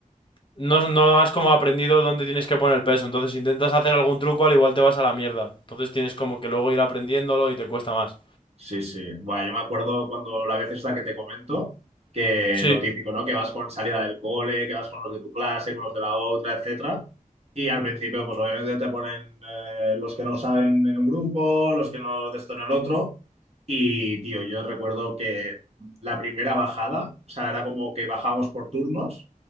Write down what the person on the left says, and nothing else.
no, no has como aprendido dónde tienes que poner el peso. Entonces, si intentas hacer algún truco, al igual te vas a la mierda. Entonces tienes como que luego ir aprendiéndolo y te cuesta más.
Sí.